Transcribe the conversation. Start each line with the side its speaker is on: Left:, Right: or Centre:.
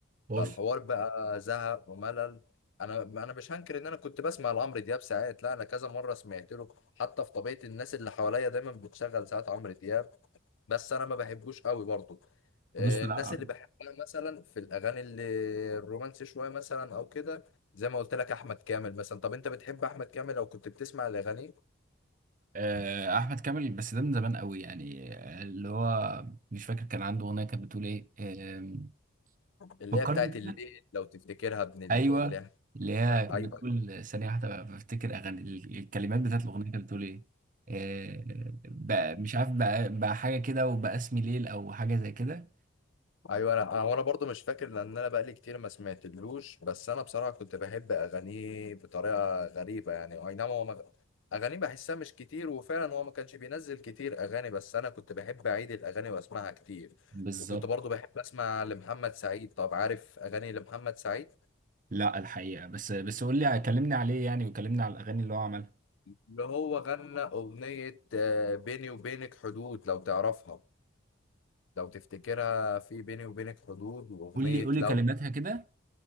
Right: بص
Left: فالحوار بقى زهق وملل انا انا مش هنكر ان انا كنت بسمع لعمرو دياب ساعات لا انا كذا مره سمعت له حتى في طبيعه الناس اللي حواليا دايما بتشغل ساعات عمرو دياب بس انا ما بحبوش قوي برضه آه،
Right: بص لا
Left: الناس
Right: أقول
Left: اللي بحبها
Right: لك.
Left: مثلا في الاغاني اللي الرومانسي شويه مثلا او كده زي ما قلت لك احمد كامل مثلا طب انت بتحب احمد كامل لو كنت بتسمع الاغاني
Right: آه، احمد كامل بس ده من زمان قوي يعني آه، اللي هو مش فاكر كان عنده اغنيه كانت بتقول ايه آم،
Left: اللي
Right: فكرني
Left: هي بتاعت
Right: كده
Left: الليل لو تفتكرها ابن ال-
Right: ايوه
Left: اللي هي-
Right: اللي هي كانت
Left: ايوه
Right: بتقول ثانيه واحده بفتكر اغاني ال- الكلمات بتاعت الاغنيه كانت بتقول ايه آه، بقى مش عارف بقى بقى حاجه كده وبقى اسمي ليل او حاجه زي كده
Left: ايوه انا انا وانا برضو مش فاكر لان انا بقالي كتير ما سمعتلوش بس انا بصراحه كنت بحب اغانيه بطريقه غريبه يعني اي نعم هو ما... اغانيه بحسها مش كتير وفعلا هو ما كانش بينزل كتير اغاني بس انا كنت بحب اعيد الاغاني واسمعها كتير
Right: بالظبط
Left: وكنت برضو بحب اسمع لمحمد سعيد طب عارف اغاني لمحمد سعيد
Right: لا الحقيقه بس بس قول لي كلمني عليه يعني وكلمني على الاغاني اللي هو عملها
Left: اللي هو غنى اغنيه آه، بيني وبينك حدود لو تعرفها لو تفتكرها في بيني وبينك حدود واغنيه
Right: قول لي قول لي
Left: لو
Right: كلماتها كده